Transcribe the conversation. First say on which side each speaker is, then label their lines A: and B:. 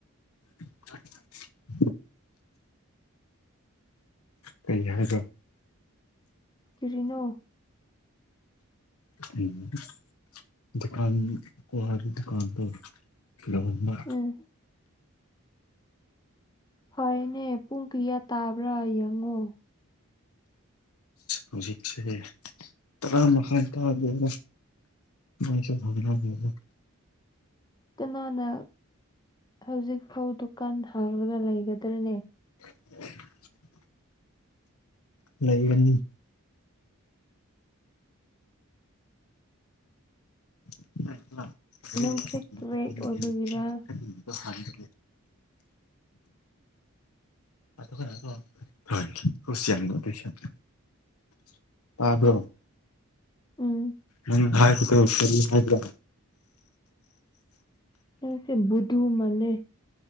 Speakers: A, on the left; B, on the left.
A: <unintelligible>
B: <inaudible>
A: ꯀꯩ ꯍꯥꯏꯕ
B: ꯀꯔꯤꯅꯣ
A: ꯎꯝ ꯗꯨꯀꯥꯟ ꯀ꯭ꯋꯥꯒꯤ ꯗꯨꯀꯥꯟꯗꯣ ꯂꯧꯍꯟꯕ
B: ꯎꯝ ꯐꯩꯅꯦ ꯄꯨꯡ ꯀꯌꯥ ꯇꯥꯕ꯭ꯔꯥ ꯌꯦꯡꯉꯣ
A: ꯍꯧꯖꯤꯛꯁꯦ ꯇꯔꯥ ꯃꯈꯥꯏ ꯇꯥꯗꯦꯗ <unintelligible>
B: ꯀꯅꯥꯅ ꯍꯧꯖꯤꯛꯐꯧ ꯗꯨꯀꯥꯟ ꯍꯥꯡꯂꯒ ꯂꯩꯒꯗ꯭ꯔꯅꯦ
A: <unintelligible> ꯂꯩꯒꯅꯤ <unintelligible>
B: ꯅꯪꯁꯦ ꯀ꯭ꯔꯦꯛ ꯑꯣꯏꯕꯒꯤꯔꯥ?
A: <unintelligible> ꯇꯥꯕ꯭ꯔꯣ
B: ꯎꯝ
A: ꯅꯪ ꯍꯥꯏꯕꯗꯣ ꯀꯔꯤ ꯍꯥꯏꯕ꯭ꯔ
B: ꯅꯪꯁꯦ ꯕꯨꯗꯨ ꯃꯥꯟꯂꯦ